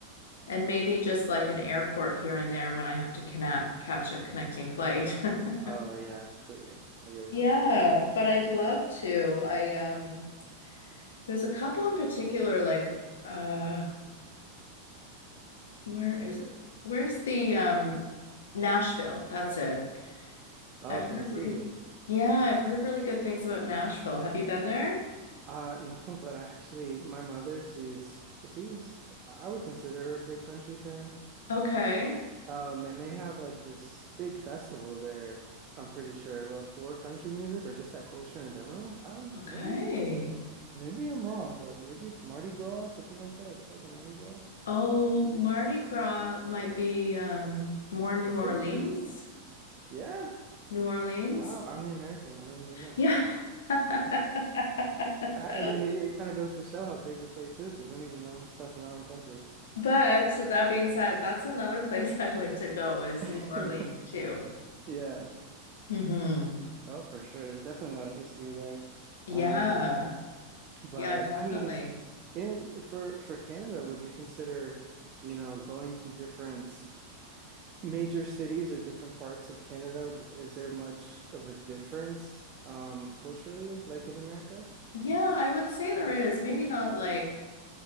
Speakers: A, on the left (about 60°); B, on the right (about 35°).
A: And maybe just like an airport here and there when I have to connect catch a connecting flight. <laughs>
B: Oh, yeah, completely. I get what
A: Yeah,
B: you mean.
A: but I'd love to. I um there's a couple in particular like uh where is it? Where's the um Nashville? That's it.
B: Oh,
A: I've
B: Tennessee.
A: heard re- yeah, I've heard really good things about Nashville. Have you been there?
B: Uh, no, <laughs> but actually, my mother, she's she's I would consider her a big country fan.
A: Okay.
B: Um, and they have like this big festival there, I'm pretty sure, uh, for country music or just that culture in general. Um,
A: Okay.
B: what is Maybe I'm wrong, but maybe it's Mardi Gras or something like that. It's called the Mardi Gras.
A: Oh, Mardi Gras might be um more New
B: Is
A: Orleans.
B: it in Tennessee? Yeah.
A: New Orleans.
B: Wow, I'm the American. I don't even know.
A: Yeah. <laughs>
B: <laughs> I, I mean, it, it kind of goes to show how big the place is. We don't even know stuff in our own country.
A: But so that being said, that's another place <laughs> I'd like to go is
B: <laughs>
A: New Orleans too.
B: Yeah.
A: hmm
B: Oh, for sure. There's definitely a lot of history there.
A: Yeah.
B: Um, but
A: Yeah, definitely.
B: I mean, in for for Canada, would you consider, you know, going to different Major cities or different parts of Canada, is there much of a difference um culturally like in America?
A: Yeah, I would say there is. Maybe not like